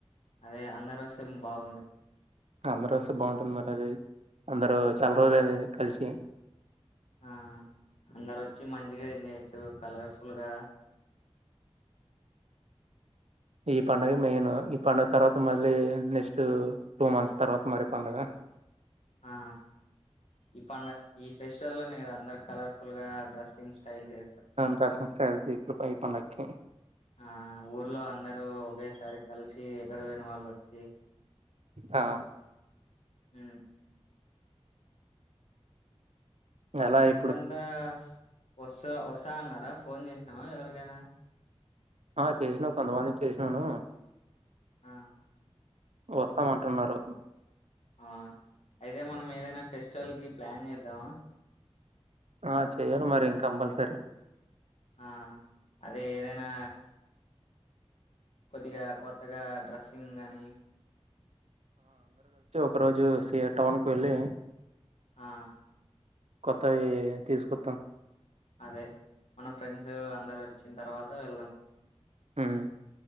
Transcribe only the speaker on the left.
అదే అందరు వస్తే బాగుండు
ఆ అందరు వచ్చి మంచిగా ఎంజాయ్ చేయొచ్చు కలర్ఫుల్గా
ఆ ఈ పన్న ఈ ఫెస్టివల్ లోనే అందరు కలర్ఫుల్ గా డ్రెస్సింగ్ స్టైల్ చే
ఆ ఊర్లో అందరుూ ఒకేసారి కలిసి ఎక్కడ పోయిన వాళ్ళు వచ్చి
ఉమ్ మన
ఫ్రెండ్స్
అంతా వస్సా వసా అన్నారా ఫోన్ చేసినవ ఎవరికైనా
ఆ
అవునా అయితే మనం ఏదైనా ఫెస్టివల్ కి ప్లాన్ చేద్దామా
ఆ అదే ఏదైనా కొద్దిగా కొత్తగా డ్రెస్సింగ్ కాని
ఆ
అదే మన ఫ్రెండ్స్ అందరు వచ్చిన తర్వాత వెళ్దాం